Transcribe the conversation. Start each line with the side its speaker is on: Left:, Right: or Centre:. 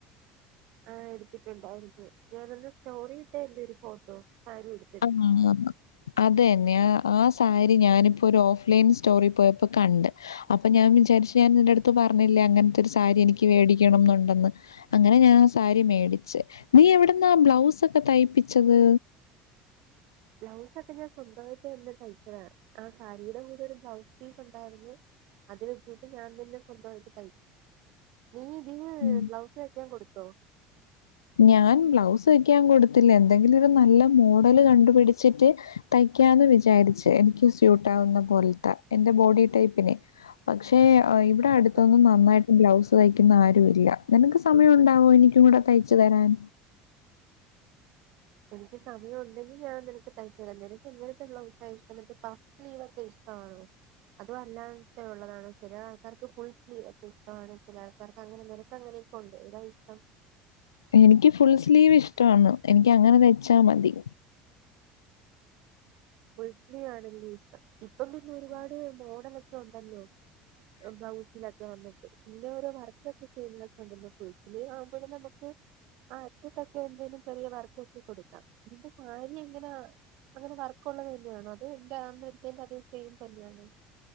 Right: ആ എടുത്തിട്ട്ണ്ടായിരുന്നു ഞാനൊന്ന് സ്റ്റോറി ഇട്ടാ എന്റെ ഒരു ഫോട്ടോ സാരി ഉടു
Left: <unintelligible> അതന്നെ ആ സാരി ഞാനിപ്പോ ഒരു ഓഫ്ലൈൻ സ്റ്റോറി പോയപ്പോ കണ്ട് അപ്പൊ ഞാൻ വിചാരിച്ച് ഞാ ന്റെ അട്ത്ത് പർഞ്ഞില്ലേ അങ്ങൻതൊരു സാരി എനിക്ക് മേടിക്കണം എന്നുണ്ടെന്ന് അങ്ങനെ ഞാൻ ആ സാരി മേടിച്ച് നീ എവട്ന്നാ ബ്ലൗസൊക്കെ തയ്പ്പിച്ചത്.
Right: ബ്ലൗസൊക്കെ ഞാൻ സ്വന്തമായിട്ട് തഴ്ച്ചതാണ് ആ സാരീടെ കൂടെ ഒരു ബ്ലൗസ് പീസ് ഉണ്ടായിരുന്നു. അത് വെട്ടിയിട്ട് ഞാൻ തന്നെ സ്വന്തമായിട്ട് തയ്യ് നീ ഇതിന്
Left: ഉം.
Right: ബ്ലൗസ് തയ്ക്കാൻ കൊടുത്തോ?
Left: ഞാൻ ബ്ലൗസ് വെക്കാൻ കൊടുത്തില്ല എന്തെങ്കിലും ഒരു നല്ല മോഡല് കണ്ടുപിടിച്ചിട്ട് തയ്ക്കാന്ന് വിചാരിച്ച് എനിക്ക് സ്യൂട്ടാവുന്ന പോലത്തെ എന്റെ ബോഡി ടൈപ്പിനെ പക്ഷെ അയ് വ് തടുത്തൊന്നും
Right: ആ
Left: നന്നായിട്ട് ബ്ലൗസ് തയ്ക്കുന്ന ആരുല്ല നിനക്ക് സമയം ണ്ടാവോ എനിക്കും കൂടെ തയ് ച്ച് തരാൻ
Right: എനിക്ക് സമയം ഉണ്ടെങ്കിൽ ഞാൻ നിനക്ക് തയ്ച്ച തരാ നിനക്ക്ങ്ങനത്തെെ ബ്ലൗസാ ഇഷ്ടം പാ സ്ലീ വൊക്കെ ഇഷ്ടമാണോ? അതു അല്ലാത്ത ഉള്ളതാണ് ചില ആൾക്കാർക്ക് ഫുൾ സ്ലീവൊക്കെ ഇഷ്ടമാണ് ചില <unintelligible> നിനക്ക് അങ്ങനൊക്കെണ്ട് ഏതാ ഇഷ്ടം
Left: എനിക്ക് ഫുൾ സ്ലീവ് ഇഷ്ടാണ് എനിക്ക് അങ്ങനെ തയ്ച്ചാൽ മതി.
Right: ഫുൾ സ്ലീവ് ാണ്കിഷ്ട്ടം ഇപ്പൊ പിന്നെ ഒരുപാട് മോഡലൊക്കെ ണ്ടല്ലോ
Left: <inaudible>
Right: ബ്ലൗസിലൊക്കെ വന്നിട്ട് പിന്നെ ഓരോ വർക്കൊക്കെ ചെയ്യുന്ന സമയം പേഴ്സണലീ ആവുമ്പോ നമക്ക് ആ അറ്റത്തക്കെ എന്തേലും ചെറിയ വർക്ക് എത്തി കൊടുക്കാം നിന്റെ സാരി എങ്ങനാ അങ്ങനെ വർ കുള്ള തന്നെയാണ് അതൊ ന്റെ അന്നതേന്റെ സേം തന്നെയാണോ.